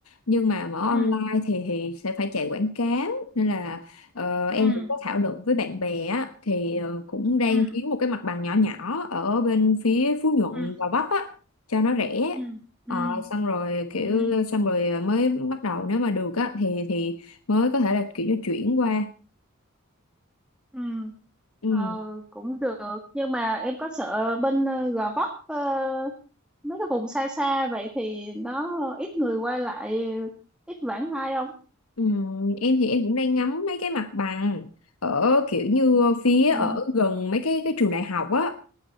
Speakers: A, on the left; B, in the centre.
A: Nhưng mà mở online
B: ừ
A: thì thì sẽ phải chạy quảng cáo. Nên là ờ, em
B: ừ
A: cũng có thảo luận với bạn bè á. Thì ờ, cũng đang
B: ừ
A: kiếm một cái mặt bằng nhỏ nhỏ ở bên phía Phú Nhuận,
B: ừ
A: Gò Vấp á. Cho nó rẻ.
B: ừ ừ
A: Ờ, xong rồi kiểu
B: ừ
A: xong rồi ờ, mới bắt đầu nếu mà được á thì thì mới có thể là kiểu như chuyển qua
B: ừ
A: Ừ,
B: Ờ cũng được. Nhưng mà em có sợ bên ờ, Gò Vấp ờ, mấy cái vùng xa xa vậy thì nó ít người qua lại, ít vãng lai không?
A: ừ, em thì em cũng đang ngắm mấy cái mặt bằng ở kiểu như phía ở
B: ừ
A: gần mấy cái cái trường đại học á